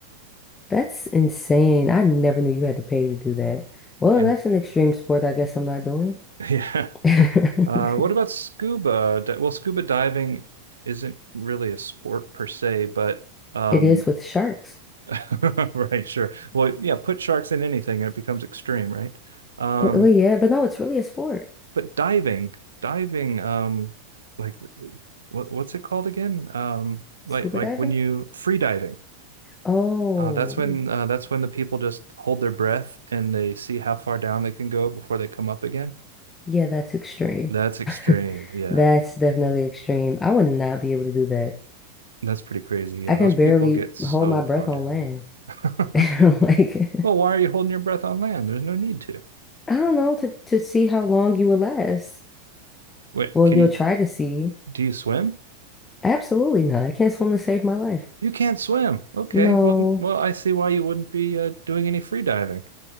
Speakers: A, on the left (about 15°); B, on the right (about 70°).
A: <laughs> That's insane. I never knew you had to pay to do that. Well,
B: And
A: that's an extreme sport I guess I'm not doing.
B: <laughs> yeah.
A: <laughs>
B: Uh, what about scuba? di- Well, scuba diving isn't really a sport per se, but um
A: It is with sharks. <laughs>
B: <laughs> right, sure. Well, yeah, put sharks in anything and it becomes extreme, right? Um
A: Oh, well, yeah, but no, it's really a sport.
B: but diving, diving, um, like what what's it called again? Um, like
A: Scuba
B: like
A: diving?
B: when you free diving.
A: Oh,
B: Uh, that's when uh, that's when the people just hold their breath and they see how far down they can go before they come up again.
A: yeah, that's extreme.
B: That's extreme.
A: <laughs>
B: Yeah.
A: That's definitely extreme. I would not be able to do that.
B: That's pretty crazy. Yeah,
A: I can
B: those people
A: barely
B: get so
A: hold my breath
B: far
A: on
B: down
A: land.
B: there. <laughs>
A: <laughs> Like
B: Well, why are you holding your breath on land? There's no need to.
A: I don't know to to see how long you will last.
B: Wait,
A: Well,
B: can
A: you'll
B: you
A: try to see.
B: do you swim?
A: Absolutely not. I can't swim to save my life.
B: You can't swim. Okay.
A: No,
B: Well, well, I see why you wouldn't be uh, doing any free diving.